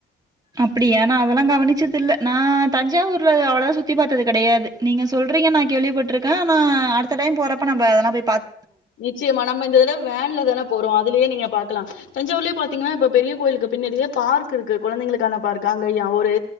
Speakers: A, on the right; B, on the left.
A: அப்புடியா நா அதெல்லா கவனிச்சது இல்ல நா தஞ்சாவூர்ல அவ்வளவா சுத்தி பாத்தது கெடயாது நீங்க சொல்றீங்க நா கேள்விப்பட்டுருக்கே ஆனா அடுத்த டைம் போறப்ப நம்ப அதெல்லா போய் பாத்த
B: நிச்சியமா நம்ம இந்த தடவ வேன்ல தான போறோ அதுலயே நீங்க பாக்கலா தஞ்சாவூர்லயே பாத்தீங்கன்னா இப்ப பெரிய கோயிலுக்கு பின்னாடியே பார்க் இருக்கு கொழந்தைளுக்கான பார்க் அங்க ஒரு